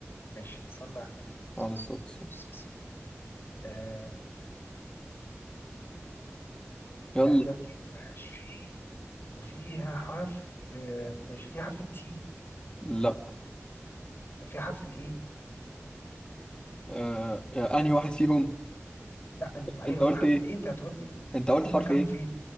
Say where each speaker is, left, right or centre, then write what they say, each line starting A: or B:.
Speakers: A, on the left; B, on the left.
A: ماشي تصلي على النبي بص
B: على الصوت الصين
A: يا سيدي آه، ما
B: يلا
A: فيهاش دبليو ما فيهاش جي وفيها حرف آه، ماشي فيها حرف التي
B: لا
A: فيها حرف الإيه
B: آه آه، انهي واحد فيهم
A: لا أنت- ما هي
B: انت
A: لو
B: قلت
A: في حرف
B: ايه
A: الإيه أنت هتقول لي
B: انت
A: هتقول
B: قلت حرف
A: لي مكانهم
B: ايه
A: فين